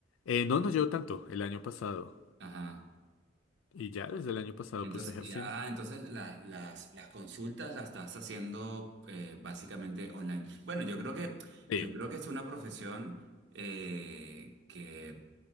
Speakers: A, on the left; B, on the right.
A: Eh, no, no llevo tanto el año pasado.
B: Ajá.
A: Y ya desde el año pasado,
B: Entonces,
A: pues ejerciendo.
B: ya, ah, entonces la- las, las consultas las estás haciendo eh, básicamente online. Bueno, yo creo que,
A: Sí.
B: yo creo que es una profesión eh, que